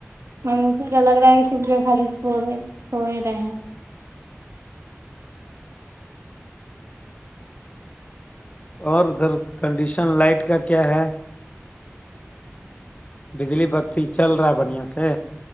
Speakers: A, on the right (about 80°); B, on the left (about 30°).
A: م اسے لگ رہا ہے کہ چپڑے خالی سو رہے سوئے رہے ہیں <inaudible>
B: اور ادھر کنڈیشن لائٹ کا کیا ہے بجلی بتی چل رہا ہے بڑھیا سے